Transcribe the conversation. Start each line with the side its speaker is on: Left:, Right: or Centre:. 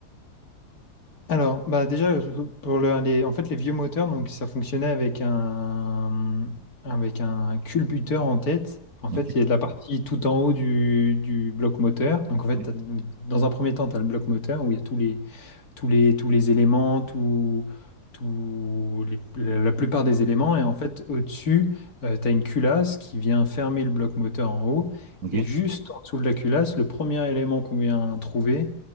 Left: Alors, bah, déjà, pour le- les, en fait, les vieux moteurs, donc, ça fonctionnait avec un, avec un culbuteur en tête. En fait,
Right: Ok.
Left: il y a de la partie tout en haut du, du bloc moteur. Donc, en fait,
Right: Ouais.
Left: t'as- donc, dans un premier temps, tu as le bloc moteur où il y a tous les tous les, tous les éléments, tout, tout les- la la plupart des éléments. Et en fait, au-dessus, tu as une culasse qui vient fermer le bloc moteur en haut.
Right: Ok.
Left: Et
Right: Et,
Left: juste en dessous de la culasse, le premier élément qu'on vient trouver,